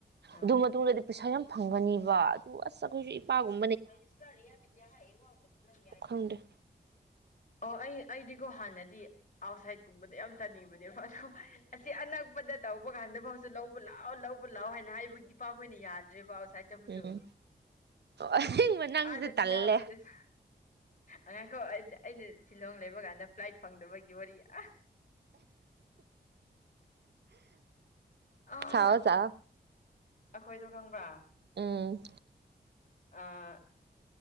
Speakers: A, on the left; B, on the right.
A: ꯍꯣꯏ
B: ꯑꯗꯨ ꯃꯇꯨꯡꯗꯗꯤ ꯄꯩꯁꯥ ꯌꯥꯝ ꯐꯪꯒꯅꯤꯕ ꯑꯗꯨ ꯑꯁ ꯑꯩꯈꯣꯏꯁꯨ ꯏꯄꯥꯒꯨꯝꯕ
A: ꯔꯖꯤꯁꯌꯥꯗ ꯑꯦꯗ
B: ꯈꯪꯗꯦ
A: ꯑꯣ ꯑꯩ ꯑꯩꯗꯤꯀꯣ ꯍꯥꯟꯅꯗꯤ ꯑꯥꯎꯠꯁꯥꯏꯠꯀꯨꯝꯕꯗ ꯌꯥꯝ ꯆꯠꯅꯤꯡꯕꯅꯦꯕ ꯑꯗꯣ ꯑꯁꯤ ꯑꯅꯛꯄꯗ ꯇꯧꯕ ꯀꯥꯟꯗꯐꯥꯎꯁꯨ ꯂꯧꯕ ꯂꯥꯛꯑꯣ ꯂꯧꯕ ꯂꯥꯛꯑꯣ ꯍꯥꯏꯅ ꯍꯥꯏꯕꯒꯤ ꯏꯄꯥꯈꯣꯏꯅ ꯌꯥꯗ꯭ꯔꯦꯕ ꯉ ꯆꯠꯄꯁꯨ
B: ꯎꯝ ꯑꯁꯦꯡꯕ ꯅꯪꯁꯦ
A: ꯑꯥꯗꯗꯤ
B: ꯇꯜꯂꯦ
A: ꯂꯥꯞꯄꯦꯗꯅ ꯑꯉꯥꯡꯈ ꯑꯩꯅ ꯁꯤꯂꯣꯡ ꯂꯩꯕ ꯀꯥꯟꯗ ꯐ꯭ꯂꯥꯏꯠ ꯐꯪꯗꯕꯒꯤ ꯋꯥꯔꯤ ꯑꯁ ꯑꯥ
B: ꯊꯑꯣ ꯆ
A: ꯑꯩꯈꯣꯏꯗꯣ ꯈꯪꯕ꯭ꯔꯥ
B: ꯎꯝ
A: ꯑ